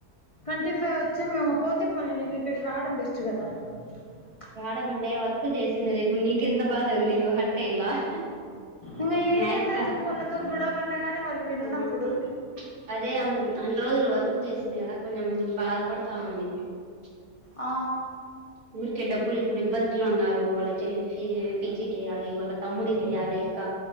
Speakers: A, on the left; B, on the right.
A: ట్వంటీ ఫైవ్ వచ్చిం ఇగ పోతే పోనీలే నీకు ఇడ రావడం, బెస్ట్ కదా ప్చ్
B: రాడంమండే వర్క్ చేసింది. కదా ఇప్పుడు నీకెంత బాధగా ఉంది. నువ్వు హర్ <unintelligible>
A: ఇంగ ఏం
B: న్యాయిక్క
A: చేత్తాం చెప్పు వాళ్ళతో గొడవ పడినా గాని వాళ్ళు విననప్పుడు
B: హా ప్చ్ అదే అన్ని రోజులు వర్క్ క్ చేసింది. కదా కొంచెం బాధపడతా ఉంది. ప్చ్
A: ఆ
B: ప్చ్ ఊరికే డబ్బులు ఇప్పుడు ఇమ్మ్ ఇబ్బంజిలో ఉన్నారు. వాళ్ళ చెల్లికిి పిజి పిజీకెయాలి. వాళ్ళ తమ్ముడికేయాలి. యిక్క